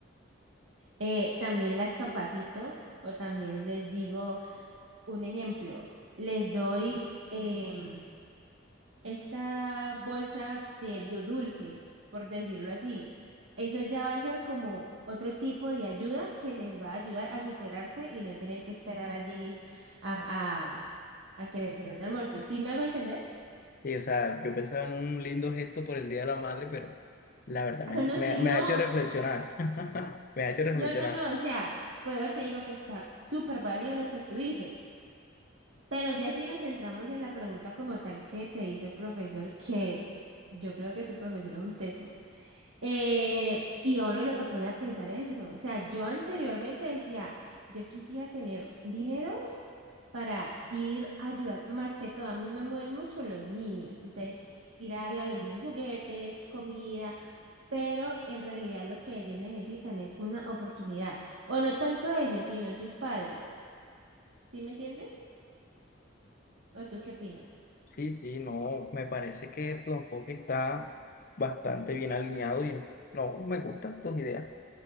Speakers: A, on the right; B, on the left.
A: eh, también las capacito o también les digo un ejemplo, les doy... em, esta bolsa de, du- dulces, por decirlo así. Eso ya va a ser como otro tipo de ayuda que les va a ayudar a superarse y no tener que esperar allí a, a, a que les den un almuerzo. ¿Sí me hago entender? <laughs>
B: Sí, o sea, yo pensaba en un lindo gesto por el Día de la Madre, pero la verdad me,
A: Ah, No,
B: me,
A: sí,
B: me
A: no,
B: ha hecho reflexionar.
A: <laughs>
B: <laughs> Me ha hecho reflexionar.
A: no, no, no, o sea, pero te digo que está súper válido lo que tú dices, pero ya si nos centramos en la pregunta como tal que te hizo el profesor, que yo creo que tu profesor es un teso, Eh, y a uno lo pone a pensar eso. O sea, yo anteriormente decía, yo quisiera tener dinero para ir a ayudar, más que todo, a mí me mueven mucho los niños. Entonces, ir a darle a los niños juguetes, comida, pero en realidad lo que ellos necesitan es una oportunidad. O no tanto ellos, sino sus padres. ¿Sí me entiendes? ¿O tú qué opinas?
B: Sí, sí, no, me parece que tu enfoque está bastante bien alineado y no, me gustan tus ideas